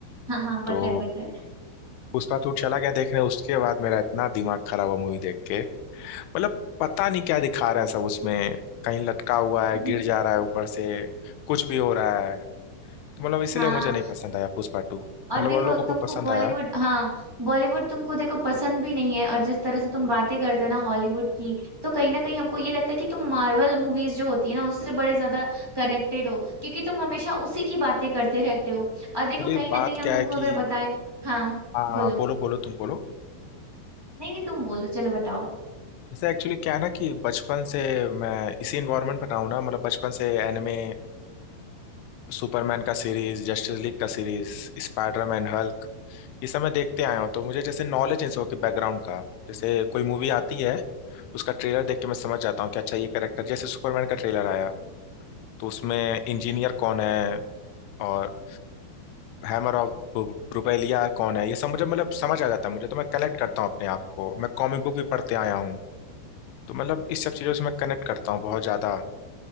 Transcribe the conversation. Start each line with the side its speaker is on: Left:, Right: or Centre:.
Right: हाँ हाँ
Left: तो
Right: पता है पता है
Left: पुष्पा टू चला गया देखने उसके बाद मेरा इतना दिमाग खराब हुआ मूवी देख के मतलब पता नहीं क्या दिखा रहा है सब उसमें कहीं लटका हुआ है
Right: <laughs>
Left: गिर जा रहा है ऊपर से कुछ भी हो रहा है तो मतलब इसलिए
Right: हाँ
Left: मुझे नहीं पसंद आया पुष्पा टू
Right: और
Left: मतलब
Right: देखो
Left: और लोगों को
Right: तुमको
Left: पसंद
Right: बॉलीवुड
Left: आया
Right: हाँ बॉलीवुड तुमको देखो पसंद भी नहीं है और जिस तरह से तुम बातें करते हो ना हॉलीवुड की तो कहीं ना कहीं हमको ये लगता है कि तुम मार्वल मूवीज जो होती है ना उससे बड़े ज्यादा कनेक्टेड हो क्योंकि तुम हमेशा उसी की बातें करते रहते हो और देखो
Left: एक्चुअली
Right: कहीं ना
Left: बात
Right: कहीं हम
Left: क्या
Right: तुमको
Left: है कि
Right: अगर बताएं हाँ
Left: हाँ हाँ,
Right: बोलो
Left: बोलो बोलो तुम बोलो
Right: नहीं नहीं तुम बोलो चलो बताओ
Left: जैसे एक्चुअली क्या है ना कि बचपन से मैं इसी इन्वायरमेंट में रहा हूँ ना मतलब बचपन से एनिमे सुपरमैन का सीरीज जस्टिस लीग का सीरीज स्पाइडरमैन हल्क ये सब मैं देखते आया हूँ तो मुझे जैसे नॉलेज इन सब के बैकग्राउंड का जैसे कोई मूवी आती है उसका ट्रेलर देख के मैं समझ जाता हूँ कि अच्छा ये कैरेक्टर जैसे सुपरमैन का ट्रेलर आया तो उसमें इंजीनियर कौन है और हैमर ऑफ ब्रुपेलिया कौन है ये सब मुझे मतलब समझ आ जाता है मुझे तो मैं कनेक्ट करता हूँ अपने आप को मैं कॉमिक बुक भी पढ़ते आया हूँ तो मतलब इस सब चीज़ों से मैं कनेक्ट करता हूँ बहुत ज़्यादा